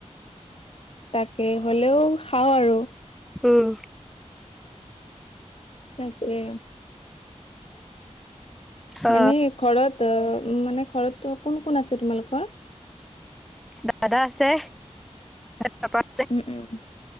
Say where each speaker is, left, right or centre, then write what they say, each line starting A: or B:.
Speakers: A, on the left; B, in the centre.
A: তাকে হ'লেও খাওঁ আৰু।
B: উম।
A: তাকে
B: অ
A: মানে ঘৰত অঁ। উ মানে ঘৰতটো কোন কোন আছে তোমালোকৰ?
B: দাদা আছে, পাপা আছে।
A: উম, উম,